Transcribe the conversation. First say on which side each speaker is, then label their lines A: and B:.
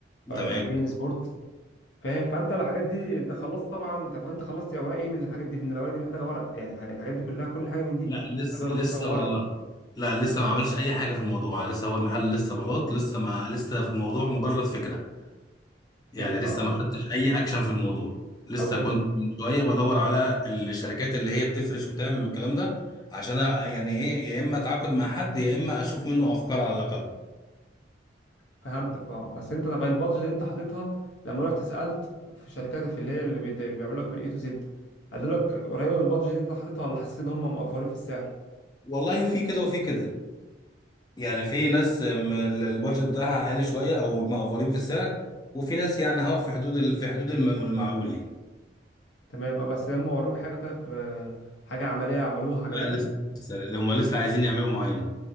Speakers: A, on the left (about 20°); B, on the left (about 80°).
A: تمام
B: وبين سبورت فاهم فانت الحاجات دي انت خلصت طبعا انت انت خلصت اوراق ايه من الحاجات دي لان الاوراق دي محتاجه ورق يعني الح- الحاجات دي كلها كل حاجه من دي
A: لا لسه
B: محتاجه
A: لسه
B: رخصه وورق
A: والله لا لسه ما عملش اي حاجه في الموضوع لسه هو المحل لسه بلاط لسه ما لسه في الموضوع مجرد فكره يعني
B: فكره
A: لسه
B: اه
A: ما خدتش اي اكشن في الموضوع لسه
B: طب وإن-
A: كنت من شويه بدور على الشركات اللي هي بتفرش وتعمل والكلام ده عشان أ- يعني ايه يا اما اتعاقد مع حد يا اما اشوف منه افكار على الاقل
B: فهمتك اه بس انت طب البادجت اللي انت حاططها لما رحت سالت في شركات في اللي هي اللي بيد- بيعملوا لك من اي تو زد قالوا لك قريبه من البادجت اللي انت حاططها ولا حسيت ان هم مقفرين في السعر
A: والله في كده وفي كده يعني في ناس م- ال- البادجت بتاعها عالي شويه او مقفرين في السعر وفي ناس يعني هو في حدود ال- في حدود الم- المعقول يعني
B: تمام اه بس لما وروك حاجه طيب آه، حاجه عمليه عملوها
A: لا
B: عجبتك
A: لسه لسه هم لسه عايزين يعملوا معاينه